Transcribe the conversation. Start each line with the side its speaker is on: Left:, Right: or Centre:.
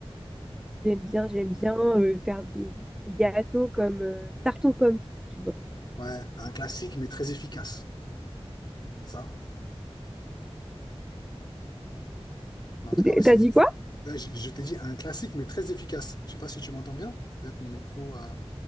Centre: j'aime bien, j'aime bien euh, faire des, des gâteaux comme euh, tarte aux pommes, tu vois.
Left: Ouais, un classique, mais très efficace. C'est ça? Mais en tout
Centre: Des-
Left: cas, ouais, c'est.
Centre: T'as dit quoi?
Left: là, je, je t'ai dit un classique, mais très efficace. Je sais pas si tu m'entends bien. Peut-être mon micro, euh,